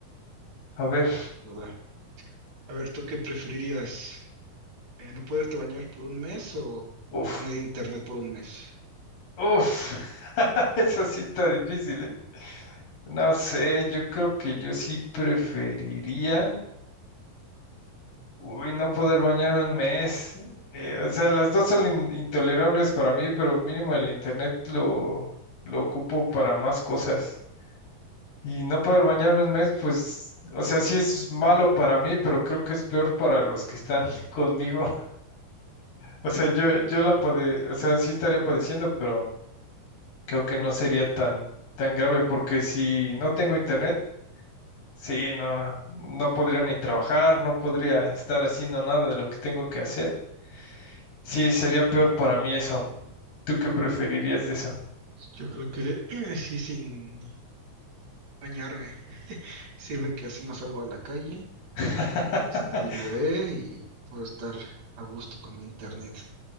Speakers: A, on the left (about 75°); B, on the right (about 75°).
A: a ver.
B: Toda. A ver, ¿tú qué preferirías? Eh, ¿no poderte bañar por un mes o
A: Uf,
B: no tener internet por un mes?
A: uf. <laughs> Esa sí está difícil, ¿eh? No sé, yo creo que yo sí preferiría, uy, no poder bañarme un mes. Eh, o sea, las dos son in- intolerables para mí, pero mínimo el internet lo, lo ocupo para más cosas. Y no poder bañarme un mes, pues, o sea, sí es malo para mí, pero creo que es peor para los que están <laughs> conmigo. O sea, yo, yo la pade, o sea, sí estaría padeciendo, pero creo que no sería tan, tan grave, porque si no tengo internet, sí, no, no podría ni trabajar, no podría estar haciendo nada de lo que tengo que hacer. Sí, sería peor para mí eso. ¿Tú qué preferirías de eso?
B: Yo creo que <clears throat> eh, sí, sin bañarme. <laughs> Sirve que así no salgo a la calle,
A: <laughs>
B: nadie me ve y puedo estar a gusto con mi internet.